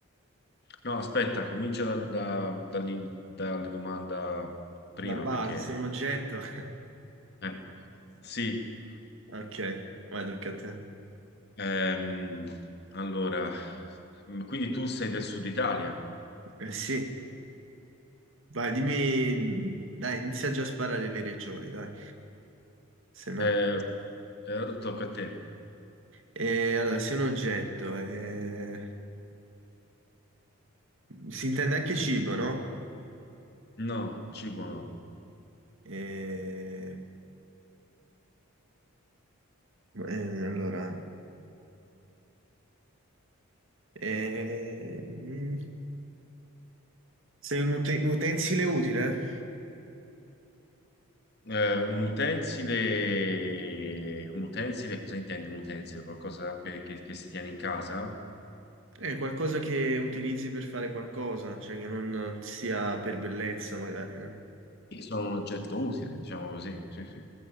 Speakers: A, on the left; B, on the right.
A: No, aspetta, comincia dal- da- dall'in- dalla domanda prima
B: Ma base,
A: perché...
B: sei un oggetto. <laughs>
A: eh, sì,
B: Ok, vai, tocca a te.
A: ehm, allora, m- quindi tu sei del sud Italia?
B: Eh sì, vai, dimmi, dai, inizia già a sparare le regioni, dai, se no.
A: Eh, eh, tocca a te.
B: Eh, allora, sei un oggetto, eh, si intende anche cibo, no?
A: No, cibo no.
B: Eh, eh, allora, eh, mm, sei un ute- utensile utile?
A: Eh, un utensile, un utensile, cosa intendi un utensile? Qualcosa per- che, che si tiene in casa?
B: È qualcosa che utilizzi per fare qualcosa, cioè che non sia per bellezza, magari, no?
A: Sì, Sono un oggetto utile, diciamo così. Sì, sì,